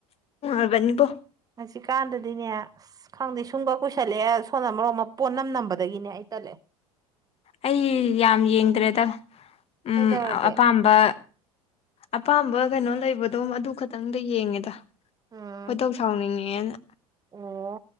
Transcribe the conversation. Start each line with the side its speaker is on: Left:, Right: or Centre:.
Left: ꯑꯕꯅꯤꯕꯣ
Right: ꯍꯧꯖꯤꯛꯀꯥꯟꯗꯗꯤꯅꯦ ꯈꯪꯗꯦ ꯁ ꯁꯨꯝꯒ ꯀꯨꯏꯁꯜꯂꯛꯑꯦ ꯁꯣꯟꯅ ꯃꯔꯣꯝ ꯑꯃ ꯄꯣꯠ ꯅꯝ ꯅꯝꯕꯗꯒꯤꯅꯦ ꯑꯩ ꯇꯠꯂꯛꯑꯦ
Left: ꯑꯩ ꯌꯥꯝ ꯌꯦꯡꯗ꯭ꯔꯦꯗ ꯎꯝ
Right: ꯀꯩꯗꯧꯔꯒꯦ
Left: ꯑꯄꯥꯝꯕ ꯑꯄꯥꯝꯕ ꯀꯩꯅꯣ ꯂꯩꯕꯗꯣꯝ ꯑꯗꯨ ꯈꯛꯇꯪꯗ ꯌꯦꯡꯉꯦꯗ
Right: ꯎꯝ
Left: ꯈꯣꯏꯗꯧ ꯁꯥꯎꯅꯤꯡꯉꯦꯅ
Right: ꯑꯣ